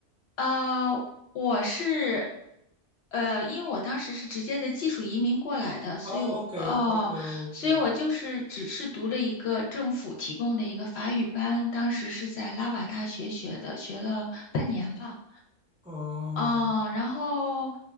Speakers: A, on the left; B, in the centre.
A: 呃，我是，呃，因为我当时是直接的技术移民过来的，所以我，
B: 哦，OK
A: 哦，
B: OK OK。
A: 所以我就是只是读了一个政府提供的一个法语班，当时是在拉瓦大学学的，学了半年吧。
B: 哦，
A: 啊，然后